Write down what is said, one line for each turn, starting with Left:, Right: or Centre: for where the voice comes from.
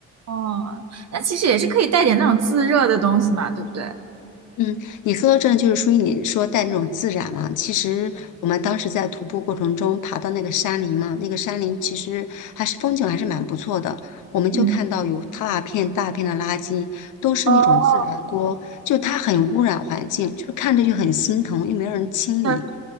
Right: 哦，那其实也是可以带点那种自热的东西嘛，对不对？
Left: 嗯，你说到这个就是属于你说带那种自然嘛。其实我们当时在徒步过程中爬到那个山林嘛，那个山林其实还是风景还是蛮不错的。我们就看到有大片大片的垃圾，
Right: 嗯，
Left: 都是那种自然锅，
Right: 哦，
Left: 就它很污染环境，就是看着就很心疼，又没有人清理。
Right: 对，